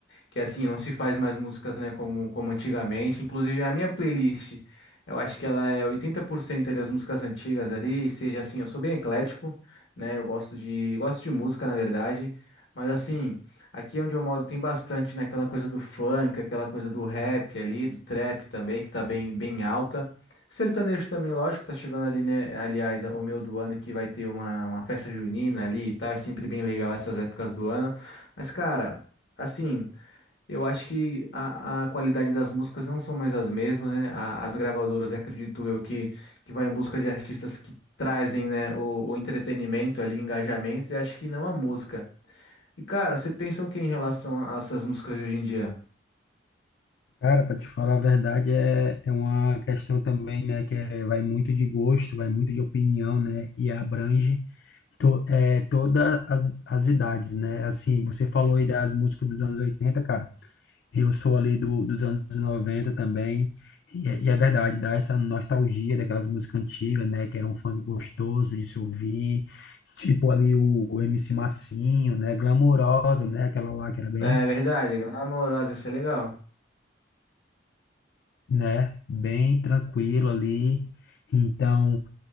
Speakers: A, on the left; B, on the left.
A: que assim, não se faz mais músicas, né, como, como antigamente. Inclusive, a minha playlist, eu acho que ela é 80% ali as músicas antigas ali, seja assim, eu sou bem eclético, né, eu gosto de, gosto de música, na verdade, mas assim, aqui onde eu moro tem bastante, né, aquela coisa do funk, aquela coisa do rap ali, do trap também, que tá bem, bem alta. Sertanejo também, lógico, tá chegando ali, né? Aliás, o meu do ano que vai ter uma, uma festa junina ali e tal. É sempre bem legal essas épocas do ano. Mas, cara, assim. Eu acho que a, a qualidade das músicas não são mais as mesmas, né? A- as gravadoras, acredito eu, que, que vai em busca de artistas que trazem, né, o, o entretenimento ali, o engajamento, e acho que não a música. E, cara, você pensa o que em relação a essas músicas de hoje em dia?
B: Cara, para te falar a verdade, é, é uma questão também, né, que é- vai muito de gosto, vai muito de opinião, né, e abrange to, é, todas as, as idades, né? Assim, você falou aí das músicas dos anos 80, cara, eu sou ali do, dos anos 90 também, e, é- e é verdade, dá essa nostalgia daquelas músicas antigas, né, que era um funk gostoso de se ouvir, tipo ali o, o MC Massinho, né, Glamurosa, né, aquela lá que era bem...
A: É verdade, Glamourosa, isso é legal.
B: né? Bem tranquilo ali. Então,